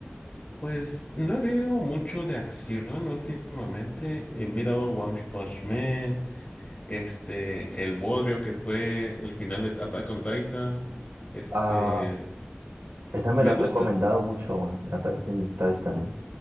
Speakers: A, on the left (about 35°); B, on the right (about 75°).
A: pues no he visto mucho de acción últimamente. He mirado One Punch Man. este, el bodrio que fue el final de Attack on Titan, este,
B: Ah, esa me
A: me
B: lo han
A: gusta.
B: recomendado mucho en Attack on Titan,